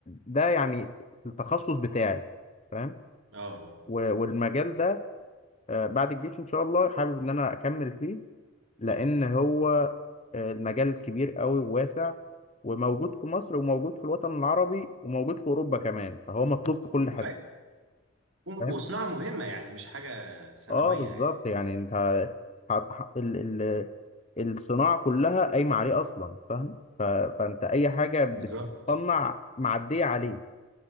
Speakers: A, on the left; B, on the right.
A: ده يعني التخصص بتاعي فاهم
B: اه اه
A: و- والمجال ده آه، بعد الجيش إن شاء الله حابب إن أنا أكمل فيه لأن هو آه، المجال كبير قوي وواسع وموجود في مصر وموجود في الوطن العربي وموجود في أوروبا كمان فهو مطلوب في كل حتة
B: أي،
A: فاهم
B: وصناعة مهمة يعني مش حاجة ثانوية
A: اه بالظبط
B: يعني
A: يعني انت ح- ح- ال ال الصناعه كلها قايمه عليه اصلا فاهم ف- فانت اي حاجه بتصنع
B: بالظبط
A: معديه عليه